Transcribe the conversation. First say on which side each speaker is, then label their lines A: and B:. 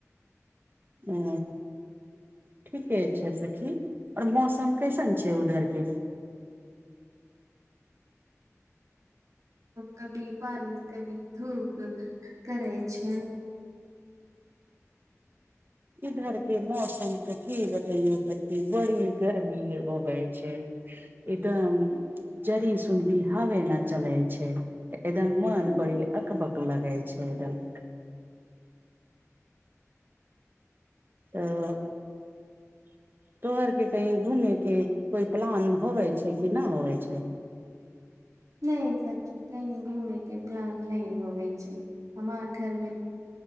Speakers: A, on the right; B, on the right.
A: हु ठीके छै सखी और मौसम कैसन छै उधर के
B: कभी बारिश कभी धूप करै छै
A: इधर के मौसम के की बतैयो सखी बड़ी गर्मी होबे छै ई ते जरी सुन भी हावे न चले छै एकदम मन
B: हम्म,
A: बड़ी अकबक लगे छै एकदम तऽ तोहर केँ कही घूमे केँ कोई प्लान होवे छै कि नऽ होवे छै
B: नहि सखी कही घूमे के प्लान नहि होवे छै हमार घर मे